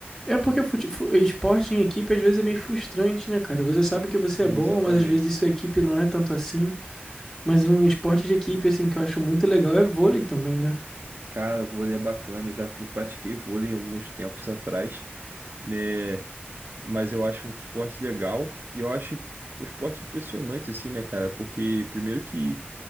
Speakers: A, on the left; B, on the right.
A: É porque fute- fu- esporte em equipe às vezes é meio frustrante, né, cara? Você sabe que você
B: É,
A: é bom,
B: exatamente.
A: mas às vezes sua equipe não é tanto assim. Mas um esporte de equipe, assim, que eu acho muito legal é vôlei também, né?
B: Cara, vôlei é bacana, eu já pr- pratiquei vôlei em alguns tempos atrás, né? Mas eu acho um esporte legal e eu acho o esporte impressionante, assim, né, cara? Porque, primeiro, que